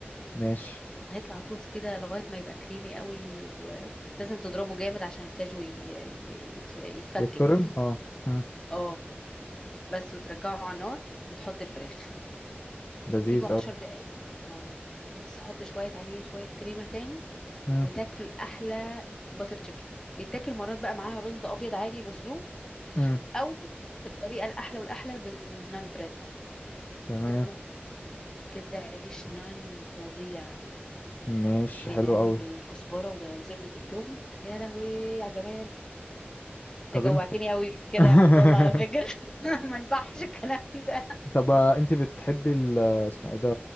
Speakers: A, on the left; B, on the left.
A: ماشي
B: هيطلع صوص كده لغايه ما يبقى كريمي قوي ولازم تضربه جامد عشان الكاجو ي- ي- يتف- يتفكك
A: يتفرم
B: <laughs>
A: اه مم.
B: اه بس وترجعه على النار وتحط الفراخ
A: لذيذ
B: سيبه
A: قوي
B: عشر دقايق اه وتحط شوية عليه شوية كريمة تاني
A: مم.
B: وتاكل أحلى باتر تشيكن بيتاكل مرات بقى معاها رز أبيض عادي مسلوق
A: مم.
B: أو الطريقة الأحلى والأحلى بالنان بريد
A: تمام
B: دوب كده عيش نان فظيع
A: ماشي
B: بيتعمل
A: حلو قوي
B: بالكزبرة و- وزبدة الثوم يا لهوي يا جمال
A: طب
B: تجوعتني
A: انت
B: قوي كده
A: <laughs>
B: يا عبد الله على فكرة <laughs> ما يصحش الكلام ده
A: طب آه، انت بتحبي ال اسمه ايه ده